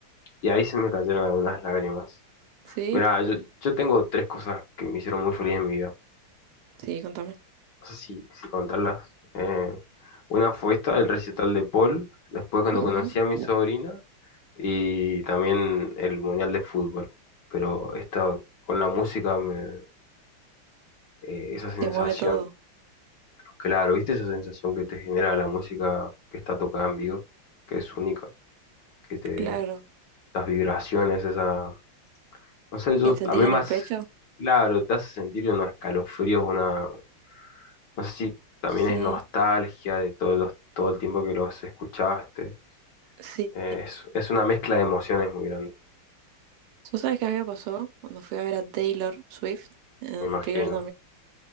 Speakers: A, on the left (about 60°); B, on the right (about 80°).
A: Y ahí se me cayeron algunas lágrimas.
B: Sí,
A: Mira, yo, yo tengo tres cosas que me hicieron muy feliz en mi vida.
B: sí, contame.
A: No sé si, si contarlas. Eh, una fue esta, el recital de Paul. Después cuando
B: Ujú,
A: conocí a mi sobrina y también el Mundial de Fútbol. Pero esto con la música, me- eh, esa sensación,
B: Te mueve todo,
A: claro, ¿viste esa sensación que te genera la música que está tocada en vivo? Que es única, que te,
B: claro.
A: las vibraciones, esa, no sé, yo,
B: ¿Qué sentís
A: a mí
B: en
A: más,
B: el pecho?
A: claro, te hace sentir unos escalofríos, una, no sé si también
B: Sí,
A: es nostalgia de todos los, todo el tiempo que los escuchaste.
B: sí.
A: Eh, es, es una mezcla de emociones muy grandes,
B: ¿Tú sabes qué a mí me pasó cuando fui a ver a Taylor Swift en
A: me imagino.
B: River